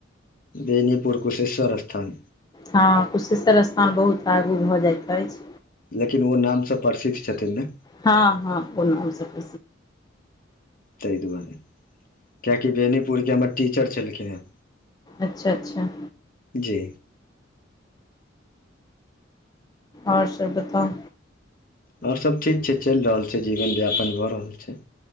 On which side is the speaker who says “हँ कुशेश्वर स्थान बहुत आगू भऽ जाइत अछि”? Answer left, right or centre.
Left